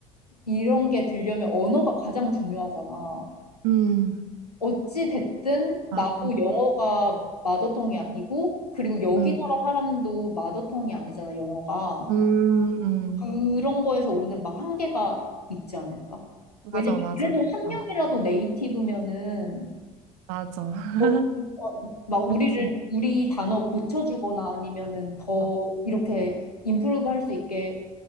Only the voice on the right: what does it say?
음,
맞아.
음,
음, 음.
맞아,
맞아,
맞아,
맞아.
<laughs>
그치.
어,